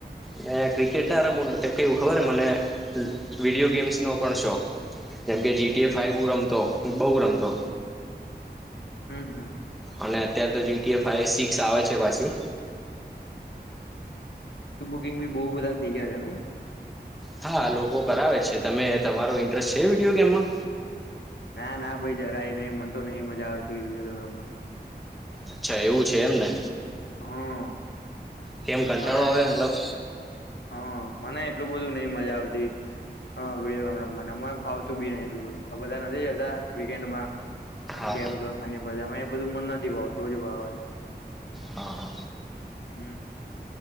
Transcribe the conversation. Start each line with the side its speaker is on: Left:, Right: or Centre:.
Centre: હ ક્રિકેટ ના રમુંનું તો કેવું ખબર મને વિડીયો ગેમ્સ નો પણ શોખ. કેમ કે જીટીએ
Left: હમ
Centre: ફાઈવ રમતો બહુ રમતો.
Left: હમ્મ હમ્મ.
Centre: અને અત્યારે તો જી ફ સિક્સ આવે છે પાછી
Left: કુકિંગ બી બહુ બધા થઈ ગયા છે ને.
Centre: હા લોકો કરાવે છે તમે તમારો ઇન્ટરેસ્ટ છે વિડીયો ગેમમાં?
Left: ના ના ભાઈ જરાય નહ મને તો નઈ મજા આવેતી વિડીયો ગેમ રમવાની.
Centre: અચ્છા એવું છે એમને.
Left: હાં.
Centre: કેમ કંટાળો
Left: મને
Centre: આવે
Left: છે
Centre: મતલબ
Left: હ મને એટલું બધું નઈ મજા આવતી. હા વિડીયો ગામ રમવા અ ફાવતું બી એટલું બધ બધા નથી જતા વિક એન્ડ માં
Centre: હા
Left: ગેમ ઝોન બધામાં એ બધું મ નથી ભાવ થોડી વાાવ હો.
Centre: હા હા
Left: હમ હ.